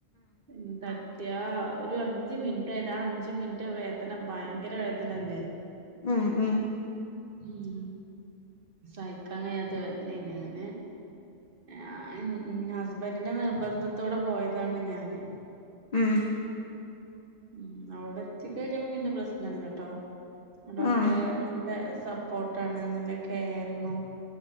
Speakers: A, on the right (about 45°); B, on the left (about 65°).
A: ഉം തട്ടിയാ ഒരു അഞ്ച്മിനിറ്റ് ആയി രഞ്ച് മിനിറ്റ് വേദന ഭയങ്കര വേദനല്ലേ
B: ഉം ഉം
A: ഉം സഹിക്കാൻ കഴിയാത്ത വേദനേനി ഞാന് ആഹ് ഹസ്‌ബന്റിന്റെ നിർബന്ധത്തോടെ പോയതാണ് ഞാന്
B: ഉം
A: ഉം അവിടെ എത്തിക്കഴിഞ്ഞപ്പോ പിന്നെ പ്രശ്നല്ലട്ടോ ഡോക്ടർ
B: ഉം
A: നല്ല സപ്പോർട്ടാണ് നല്ല കെയറിങ്ങും